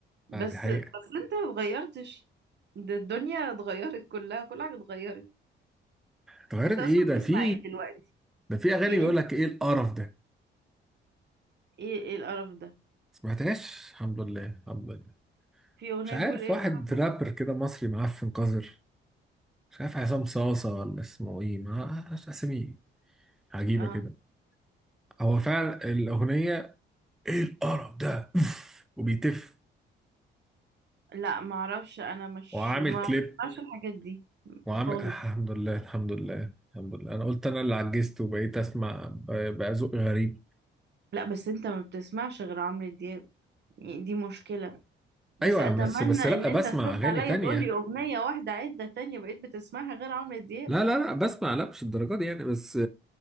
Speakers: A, on the right; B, in the centre.
A: بس
B: آه دي حقيقه
A: بس انت ما اتغيرتش ده الدنيا اتغيرت كلها كل حاجة اتغيرت
B: اتغيرت
A: انت
B: ايه
A: اصلا
B: ده
A: بتسمع
B: في
A: ايه دلوقتي
B: ده في اغاني
A: يعني
B: بيقول لك ايه القرف ده
A: ايه ايه القرف ده
B: سمعتهاش الحمد لله الحمد لله
A: في اغنية
B: مش عارف
A: بيقول ايه
B: واحد
A: القرف
B: رابر كده مصري معفن قذر مش عارف عصام صاصة ولا اسمه ايه ما أعرفش اسامي عجيبة
A: اه
B: كده هو فعلا الأغنية ايه القرف ده أوف! وبيتف
A: لا ما اعرفش انا مش
B: وعامل
A: ما
B: كليب
A: بسمعش الحاجات دي
B: وعامل
A: خالص
B: الحمد لله الحمد لله الحمد لله أنا قلت أنا اللي عجزت وبقيت أسمع ب- بقى ذوق غريب
A: لا بس انت ما بتسمعش غير عمرو دياب يعني دي مشكلة بس
B: أيوة
A: اتمنى
B: بس بس لأ
A: ان انت
B: بسمع
A: ترد
B: أغاني
A: عليا
B: تانية
A: تقول لي اغنية واحدة عدة تانية بقيت بتسمعها غير عمرو دياب
B: لا لا لا بسمع لا مش الدرجات دي يعني بس